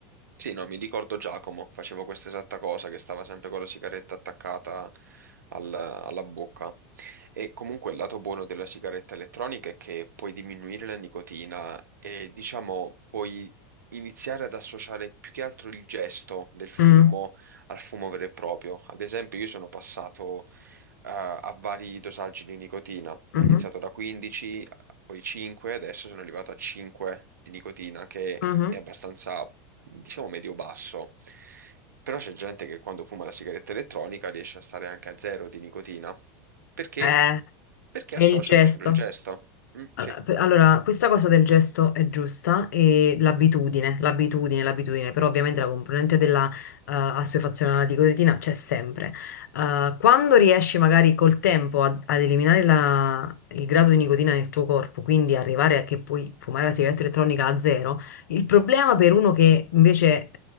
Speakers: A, on the right; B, on the left.
A: Sì, no, mi ricordo Giacomo, facevo questa esatta cosa, che stava sempre con la sigaretta attaccata al- alla bocca. E comunque il lato buono della sigaretta elettronica è che puoi diminuire la nicotina e diciamo puoi iniziare ad associare più che altro il gesto del fumo
B: Mm,
A: al fumo vero e proprio. Ad esempio, io sono passato eh, a vari dosaggi di nicotina.
B: mhm,
A: Ho iniziato da 15, poi 5, adesso sono arrivato a 5 di nicotina, che
B: mhm.
A: è abbastanza diciamo medio-basso. Però c'è gente che quando fuma la sigaretta elettronica riesce a stare anche a zero di nicotina. Perché?
B: Eh,
A: Perché
B: è
A: associano
B: il gesto.
A: solo il gesto. Mm,
B: Allora,
A: sì.
B: per- allora, questa cosa del gesto è giusta e l'abitudine, l'abitudine, l'abitudine, però ovviamente la componente della eh, assuefazione alla nicotina c'è sempre. Eh, quando riesci magari col tempo a- ad eliminare la- il grado di nicotina nel tuo corpo, quindi arrivare a che puoi fumare la sigaretta elettronica a zero, il problema per uno che invece eh,